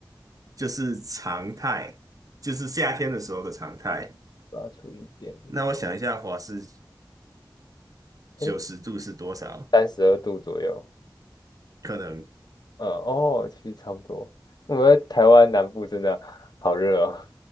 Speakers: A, on the right; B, on the left.
A: 就是常态，就是夏天的时候的常态。
B: 我要除一点，
A: 那我想一下，华氏九十度是多少？
B: 诶，三十二度左右，
A: 可能，嗯
B: 嗯，哦，其实差不多。我们在台湾南部真的好热哦，